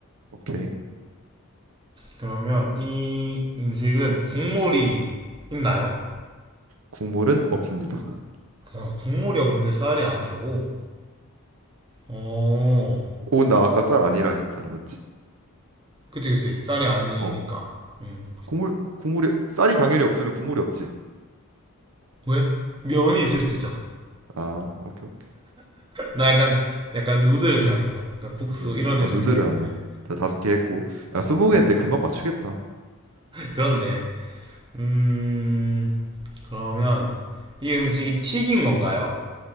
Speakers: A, on the right (about 80°); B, on the right (about 20°).
A: 오케이.
B: 그러면 이 음식은 국물이 있나요?
A: 국물은 없습니다.
B: 어, 국물이 없는데 쌀이 아니라고? 어.
A: 오, 나 아까 쌀 아니라 했잖아. 맞지?
B: 그치, 그치. 쌀이 아니니까.
A: 어.
B: 음.
A: 국물, 국물이, 쌀이 당연히 없으면 국물이 없지.
B: 왜? 면이 있을 수도 있잖아.
A: 아, 오케이, 오케이.
B: 나 약간, 약간 누드를 생각했어. 그러니까 국수,
A: 누들.
B: 이런
A: 어,
B: 일을
A: 누들은
B: 생각했는데.
A: 아니야. 자, 다섯 개 했고. 야, 스무
B: 음.
A: 개인데 금방 맞추겠다.
B: 그렇네. 음, 그러면 이 음식이 튀긴 건가요?